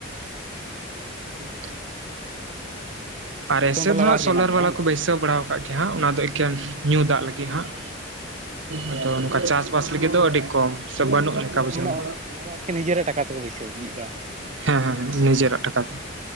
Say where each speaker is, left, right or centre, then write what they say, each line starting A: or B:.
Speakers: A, on the right; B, on the right.
A: <inaudible> ᱟᱨ
B: ᱱᱤᱛᱚᱝ
A: ᱮᱥᱮᱫ
B: ᱛᱟᱦᱚᱞᱮ
A: ᱫᱚ
B: ᱚᱲᱟᱜ
A: ᱦᱟᱸᱜ
B: ᱨᱮᱜᱮ
A: ᱥᱚᱞᱟᱨ
B: ᱦᱮᱱᱟᱜ ᱢᱮᱭᱟ
A: ᱵᱟᱞᱟ
B: ᱵᱟᱝ
A: ᱠᱚ ᱵᱟᱹᱭᱥᱟᱹᱣ ᱵᱟᱲᱟᱣ ᱠᱟᱜ ᱜᱮᱭᱟ᱾ ᱦᱟᱸᱜ ᱚᱱᱟᱫᱚ ᱮᱠᱮᱱ ᱧᱩ ᱫᱟᱜ ᱞᱟᱹᱜᱤᱫ ᱦᱟᱸᱜ᱾ ᱟᱫᱚ ᱱᱚᱝᱠᱟ ᱪᱟᱥ ᱵᱟᱥ ᱞᱟᱹᱜᱤᱫ ᱫᱚ ᱟᱹᱰᱤ ᱠᱚᱢ ᱥᱮ ᱵᱟᱹᱱᱩᱜ ᱞᱮᱠᱟ
B: ᱢᱟᱱᱮ
A: ᱵᱩᱡᱷᱣ
B: ᱚᱱᱟ ᱫᱚ
A: ᱢᱮ᱾
B: ᱚᱱᱟ ᱫᱚ ᱟᱨᱠᱤ ᱱᱤᱡᱮᱨᱟᱜ ᱴᱟᱠᱟ ᱛᱮᱠᱚ ᱵᱟᱹᱭᱥᱟᱹᱣ ᱵᱤᱫ ᱵᱟᱲᱟ ᱦᱚ ᱥᱟᱜ᱾
A: ᱦᱮᱸ ᱦᱮᱸ ᱦᱮᱸ ᱱᱤᱡᱮᱨᱟᱜ ᱴᱟᱠᱟ ᱛᱮ᱾